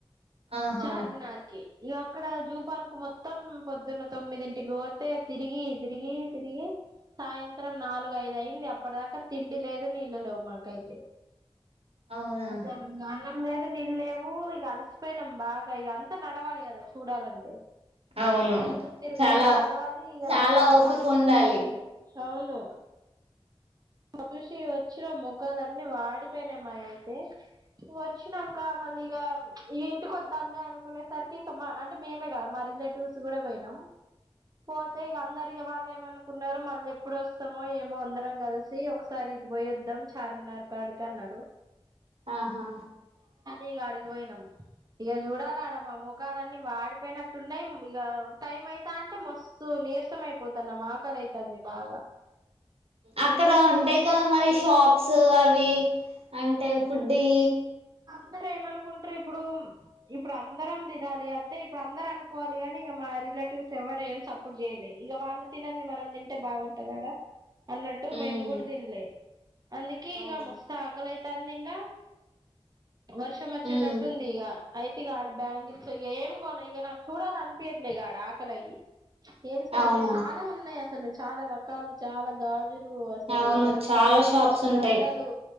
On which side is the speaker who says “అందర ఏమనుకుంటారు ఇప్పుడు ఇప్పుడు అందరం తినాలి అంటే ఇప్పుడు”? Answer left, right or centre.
Right